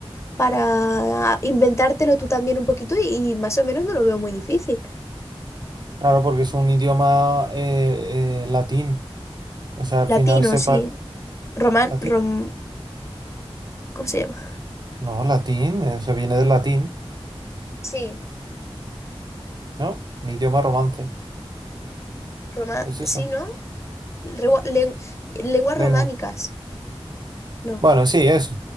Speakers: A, on the left; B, on the right.
A: para inventártelo tú también un poquito y, y más o menos no lo veo muy difícil.
B: Claro, porque es un idioma eh, eh, latín. O sea, al
A: Latino,
B: final sepa...
A: sí. Román,
B: ¿Latín?
A: rom, ¿cómo se llama?
B: No, latín, eh, se viene del latín,
A: Sí,
B: ¿no? Un idioma romance.
A: román,
B: Es eso,
A: sí, ¿no? Regua- len- lenguas
B: lengua.
A: románicas. No,
B: Bueno, sí, eso.